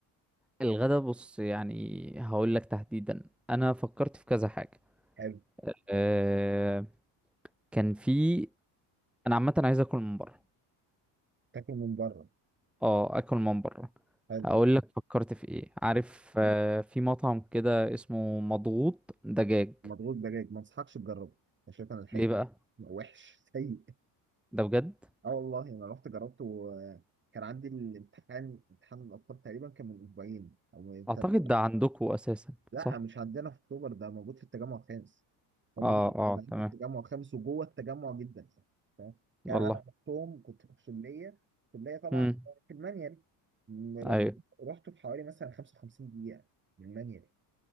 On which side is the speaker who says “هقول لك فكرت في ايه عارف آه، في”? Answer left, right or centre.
Centre